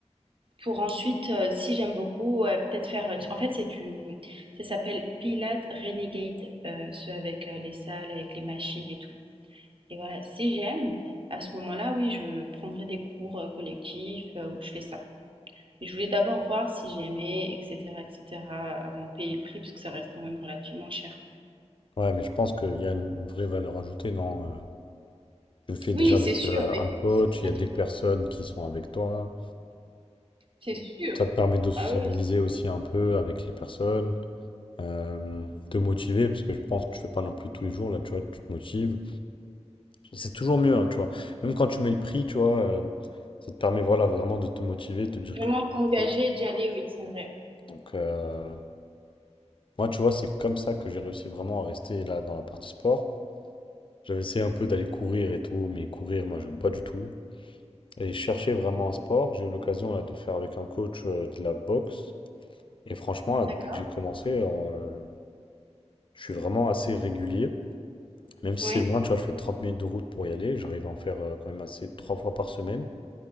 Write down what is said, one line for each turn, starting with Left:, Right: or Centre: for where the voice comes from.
Right: pour ensuite, euh, si j'aime beaucoup, ouais, peut-être faire. euh, En fait, c'est du, ça s'appelle Pilates Renegade, euh, ceux avec euh, les salles, avec les machines et tout. Et voilà, si j'aime, à ce moment-là, oui, je prendrai des cours euh, collectifs euh, où je fais ça. Mais je voulais d'abord voir si j'aimais, etc., etc., avant de payer le prix, parce que ça reste quand même relativement cher.
Left: Ouais, mais je pense qu'il y a une vraie valeur ajoutée, non? euh, Tu le fais
Right: Oui,
Left: déjà avec
Right: c'est sûr,
Left: euh,
Right: mais
Left: un coach,
Right: c'est pour
Left: il
Right: ça
Left: y a
Right: qu'il
Left: des personnes
Right: faut.
Left: qui sont avec toi.
Right: C'est sûr.
Left: Ça te permet de sociabiliser
Right: Ah oui, c'est
Left: aussi un peu avec les personnes, euh, te motiver, parce que je pense que tu fais pas non plus tous les jours, là, tu vois, tu te motives. C'est toujours mieux, hein, tu vois. Même quand tu mets le prix, tu vois, euh, ça te permet, voilà, vraiment de te motiver, de te dire
Right: vraiment
Left: que t'as
Right: t'engager
Left: pris.
Right: et d'y aller, oui, c'est vrai.
Left: Donc, euh, moi, tu vois, c'est comme ça que j'ai réussi vraiment à rester là dans la partie sport. J'avais essayé un peu d'aller courir et tout, mais courir, moi, j'aime pas du tout. Et chercher vraiment un sport, j'ai eu l'occasion là de faire avec un coach euh, de la boxe. Et franchement, là,
Right: D'accord.
Left: depuis que j'ai commencé, euh, Je suis vraiment assez régulier. Même si
Right: Ouais.
Left: c'est loin, tu vois, je fais 30 minutes de route pour y aller. J'arrive à en faire euh, quand même assez trois fois par semaine.